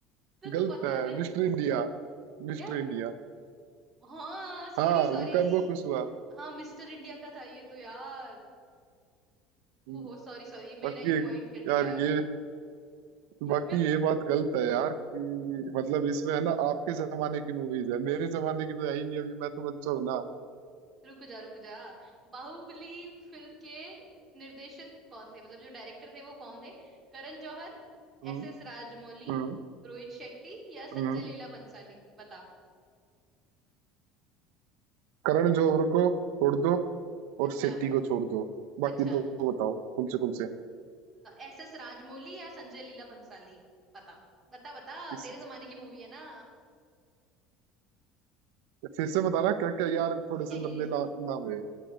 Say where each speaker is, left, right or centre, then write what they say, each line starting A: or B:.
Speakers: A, on the right; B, on the right.
A: तो तू
B: गलत
A: बता
B: है
A: दे
B: Mister India Mister
A: यार
B: India
A: हाँ सॉरी
B: हाँ
A: सॉरी
B: मुकेम्बो खुश हुआ
A: हाँ मिस्टर इंडिया का था ये तो यार
B: हम्म,
A: ओहो सॉरी सॉरी
B: बाकी
A: मेरा ये पॉइंट कट
B: यार
A: गया
B: ये बाकी
A: मैं
B: ये बात गलत है यार कि मतलब इसमें है ना आपके जमाने की मूवीज है मेरे जमाने की तो है ही नहीं अभी मैं तो बच्चा हूं ना
A: रुक जा रुक जा बाहुबली फिल्म के निर्देशक कौन थे मतलब जो डायरेक्टर थे वो कौन थे करण जौहर
B: हम्म,
A: एस एस राजमौली
B: हम्म,
A: रोहित शेट्टी या
B: हम्म।
A: संजय
B: हम्म।
A: लीला बंसाली बता
B: करण जौहर को छोड़ दो
A: अच्छा
B: और शेट्टी को छोड़ दो बाकी
A: अच्छा
B: दो बताओ कम से कम से
A: एस एस राजमौली या संजय लीला भंसाली बता बता बता
B: इस
A: तेरे जमाने की मूवी है ना
B: फिर से बताना क्या क्या यार
A: <laughs>
B: थोड़े से लंबे ना, नाम है